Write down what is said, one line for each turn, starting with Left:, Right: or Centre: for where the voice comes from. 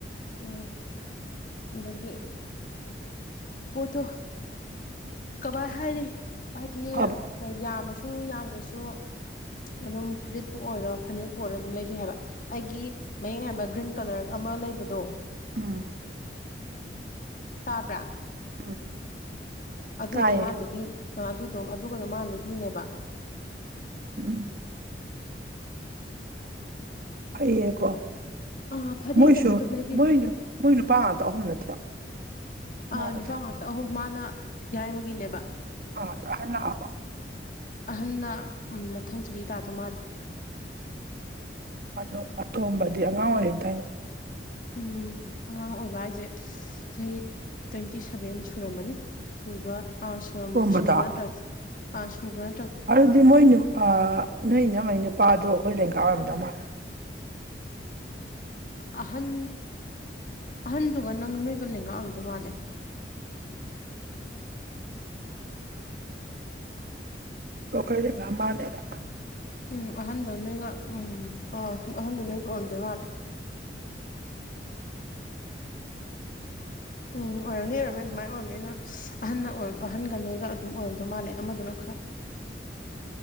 Left: ꯎꯝ ꯑꯗꯒꯤ ꯄꯣꯠꯇꯣ ꯀꯃꯏ ꯍꯥꯏꯔꯤ ꯍꯥꯏꯗꯤ
Right: ꯐꯕ
Left: ꯌꯥꯝꯃꯁꯨ ꯌꯥꯝꯗ꯭ꯔꯁꯨ ꯑꯗꯨꯝ ꯐꯨꯔꯤꯠꯄꯨ ꯑꯣꯏꯔꯣ ꯐꯅꯦꯛꯄꯨ ꯑꯣꯏꯔꯣ ꯑꯗꯨꯝ ꯂꯩꯕꯤ ꯍꯥꯏꯕ ꯑꯩꯒꯤ ꯃꯌꯦꯛ ꯏꯌꯥꯝꯕ ꯒ꯭ꯔꯤꯟ ꯀꯂꯔꯒ ꯑꯃ ꯃꯥ ꯂꯩꯕꯗꯣ
Right: ꯎꯝ
Left: ꯇꯥꯕ꯭ꯔꯥ
Right: ꯎꯝ
Left: ꯑꯗꯨꯗꯣ
Right: ꯇꯥꯏꯌꯦ
Left: ꯃꯥꯕꯤ ꯑ ꯑꯗꯨꯗꯣ ꯑꯗꯨꯒꯗꯣ ꯃꯥ ꯂꯩꯕꯤꯅꯦꯕ
Right: ꯎꯝ ꯐꯩꯌꯦꯀꯣ
Left: ꯑꯥ ꯐꯅꯦꯛꯀꯁꯨ
Right: ꯃꯣꯏꯁꯨ
Left: ꯑꯗꯨꯝ ꯂꯩꯕꯤꯌꯦ
Right: ꯃꯣꯏꯅ ꯃꯣꯏꯅ ꯅꯨꯅꯤꯄꯥ ꯉꯇ ꯑꯍꯨꯝ ꯅꯠꯇ꯭ꯔꯣ ꯃꯧꯁꯦ
Left: ꯑ ꯅꯨꯄꯥ ꯉꯥꯛꯇ ꯑꯍꯨꯝ ꯃꯥꯅ ꯌꯥꯏꯕꯒꯤꯅꯦꯕ
Right: ꯑ ꯑꯗꯨ ꯍ ꯂꯕ
Left: ꯑꯍꯟꯅ ꯃꯊꯪ ꯆꯍꯤ ꯇꯥꯗꯧ ꯃꯥꯂꯦ
Right: ꯑꯣ ꯑꯇꯣꯝꯕꯗꯤ ꯑꯉꯥꯡ ꯑꯣꯏꯔꯤꯝꯇ ꯑꯅꯦ
Left: ꯎꯝ ꯑꯉꯥꯡ ꯑꯣꯏꯕ ꯍꯥꯏꯁꯦ ꯆꯍꯤ ꯇ꯭ꯋꯦꯟꯇꯤ ꯁꯚꯦꯟ ꯁꯨꯔꯝꯃꯅꯤ ꯁꯨꯕ꯭ꯔ ꯑ ꯁꯨꯔꯝ
Right: ꯇꯣꯝꯕꯗ
Left: ꯁꯨꯕ꯭ꯔ ꯑ ꯁꯨꯕ꯭ꯔ
Right: ꯑꯗꯨꯗꯤ ꯃꯣꯏ ꯅꯣꯏ ꯅ ꯃꯣꯏ ꯅꯨꯄꯥꯗꯣ ꯑꯩꯈꯣꯏ ꯂꯦꯡꯀꯥꯏ ꯑꯣꯏꯔꯝꯗꯧ ꯃꯥꯂ
Left: ꯑꯍꯟ ꯑꯍꯟꯗꯨꯒ ꯅꯪ ꯅꯣꯏꯒ ꯂꯦꯡꯒꯥꯔꯝꯗ ꯃꯥꯜꯂꯦ
Right: ꯈꯩꯗ ꯉ ꯃꯥꯗꯕ
Left: ꯎꯝ ꯑꯍꯟꯗꯣ ꯅꯣꯏꯒ ꯎꯝ ꯑ ꯑꯍꯟꯗꯣ ꯅꯣꯏꯒ ꯑꯣꯏꯔꯗꯣꯏ ꯃꯥꯜꯂꯦ ꯎꯝ ꯑꯣꯏꯔꯝꯅꯤ ꯑꯣꯏꯔꯝꯅꯤ ꯑꯗꯨꯃꯥꯏꯅ ꯑꯣꯏꯔꯝꯅꯤ ꯅꯣꯏ ꯑꯍ ꯑꯣꯏ ꯑꯍꯟꯒ ꯅꯣꯏꯒ ꯑꯗꯨꯝ ꯑꯣꯏꯔꯝꯗꯧ ꯃꯥꯜꯂꯦ ꯑꯃꯗꯨꯅ ꯈꯔ
Right: <inaudible>